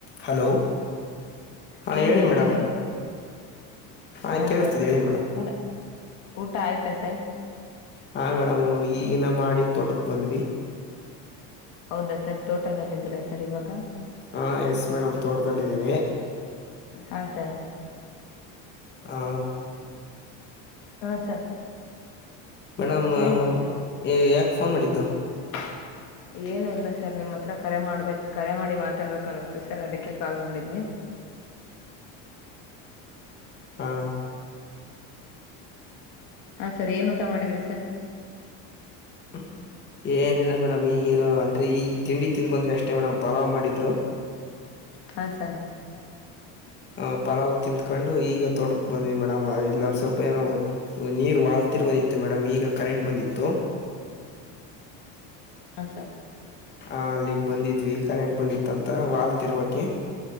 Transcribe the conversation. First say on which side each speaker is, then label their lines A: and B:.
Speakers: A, on the left; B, on the left.
A: Hello, ಹಾಂ
B: ಕೇಳಿಸ್ತಿದ್ದೀರಾ
A: ಹೇಳಿ madam ಹಾಂ
B: ಹಾ,
A: ಕೇಳಿಸ್ತಿದೆ
B: ಸರ್
A: ಹೇಳಿ ಮೇಡಮ್
B: ಊಟ -ಊಟ ಆಯ್ತಾ ಸರ್
A: ಹಾ, ಮೇಡಮ್ ಈಗಿನ ಮಾಡಿ ತೋಟಕ್ ಬಂದ್ವಿ.
B: ಹೌದಾ! ಸರ್ ತೋಟದಲ್ಲಿ ಇದ್ದೀರಾ ಸರ್ ಇವಾಗ.
A: ಹಾ, ಎಸ್ ಮೇಡಮ್ ತೋಟದಲ್ಲಿದ್ದೀವಿ.
B: ಹಾ, ಸರ್
A: ಹಾ,
B: ಹ್ಮ ಸರ್.
A: ನಮ್ಮ
B: ಹೇಳಿ ಸರ್
A: ಎ ಯಾಕ ಫೋನ್ ಮಾಡಿದ್ದು
B: <inaudible> ಏನು ಇಲ್ಲ ಸರ್ ನಿಮ್ಮ ಹತ್ರ ಕರೆ ಮಾಡ್ಬೇಕ ಕರೆ ಮಾಡಿ ಮಾತಾಡ್ಬೇಕ ಅನ್ನಿಸ್ತು ಸರ್ ಅದಕ್ಕೆ ಕಾಲ್ ಮಾಡಿದ್ವಿ.
A: ಹಾ
B: ಹಾ ಸರಿ ಏನ್ ಊಟ ಮಾಡಿದ್ರಿ ಸರ್.
A: <inaudible> ಏನಿಲ್ಲ ಮೇಡಮ್ ಈಗನು ಅಂದ್ರ ಈಗ ತಿಂಡಿ ತಿಂದ ಬಂದು ಅಷ್ಟೇ ಮೇಡಮ್ ಪಲಾವ್ ಮಾಡಿದ್ರು.
B: ಹಾ ಸರ್.
A: ಅಹ ಪಲಾವ್ ತಿಂದ ತ್ಕೊಂಡು ಈಗ ತೋಟಕ ಬಂದ್ವಿ ಮೇಡಮ್ ಇಲ್ಲೊಂದ ಸ್ವಲ್ಪ ಏನೋ ನೀರ್ ವಾಲ್ತಿರೋದಿತ್ತು ಮೇಡಮ್ ಈಗ ಕರೆಂಟ್ ಬಂದಿತ್ತು.
B: ಹಾ ಸರ್.
A: ಹ ಅಲ್ಲಿಗ ಬಂದಿದ್ವಿ ಕರೆಂಟ್ ಬಂದಿತ್ತ ಅಂತ ವಾಲ್ ತಿರ್ವಕೆ.